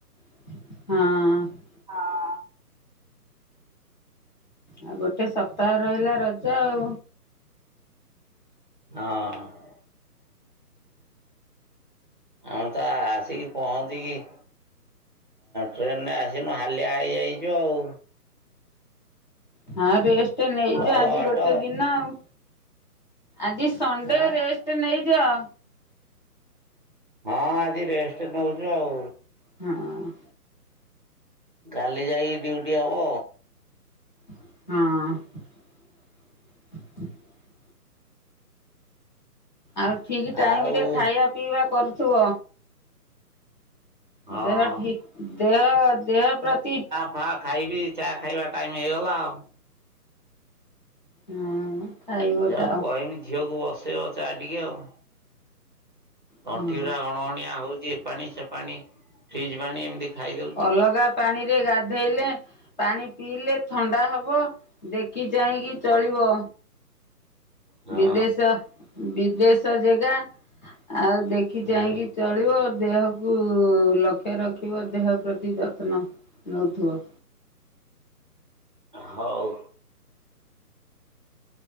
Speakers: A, on the left; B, on the right.
A: ହଁ।
B: ହଁ।
A: ଆଉ ଗୋଟେ ସପ୍ତାହ ରହିଲା ରଜ ଆଉ
B: ହଁ। ହଉ ତ ଆସିକି ପହଞ୍ଚିକି ଟ୍ରେନରେ ଆସିନୁ ହାଲିଆ ହେଇଯାଇଛୁ ଆଉ।
A: ହଁ ରେଷ୍ଟ ନେଇଜା
B: ଲଙ୍ଗ
A: ଆଜି
B: ବାଟ
A: ଗୋଟେ ଦିନ ଆଉ ଆଜି ସଣ୍ଡେ
B: ଆଁ
A: ରେଷ୍ଟ ନେଇଯାଅ।
B: ହଁ ଆଜି ରେଷ୍ଟ ନେଉଛୁ ଆଉ।
A: ହଁ।
B: କାଲି ଯାଇି ଡ୍ୟୁଟି ହବ।
A: ହଁ। ଆଉ ଠିକ ଟାଇମ
B: ଆଉ
A: ରେ ଖାଇବା ପିଇବା କରୁଥିବ।
B: ହଁ
A: ଦେହ ଠିକ୍ ଦେହ ଦେହ ପ୍ରତି
B: ହାଁ ଖାଇବି ଚା ଖାଇବା ଟାଇମ ହେଇଗଲା ଆଉ
A: ହଁ ଖାଇବ
B: ଯାଉ
A: ଯାଅ
B: କହିବି ଝିଅକୁ ବସେଇବ ଚା ଟିକେ ଆଉ ତଣ୍ଠି
A: ହଁ
B: ଟା ଗଣଗଣିଆ ହଉଛି ପାଣି ସେ ପାଣି ଫ୍ରିଜ ପାଣି ଏମିତି ଖାଇଦଉଛୁ।
A: ଅଲଗା ପାଣିରେ ଗାଧେଇଲେ ପାଣି ପିଇଲେ ଥଣ୍ଡା ହେବ, ଦେଖି ଚାହିଁକି ଚଳିବ।
B: ହଁ
A: ବିଦେଶ ବିଦେଶ ଜାଗା ଆଉ ଦେଖି
B: ହୁଁ
A: ଚାହିଁକି ଚଳିବ ଦେହକୁ ଲକ୍ଷ୍ୟ ରଖିବ ଦେହ ପ୍ରତି ଯତ୍ନ ନେଉଥିବ।
B: ହୋଉ।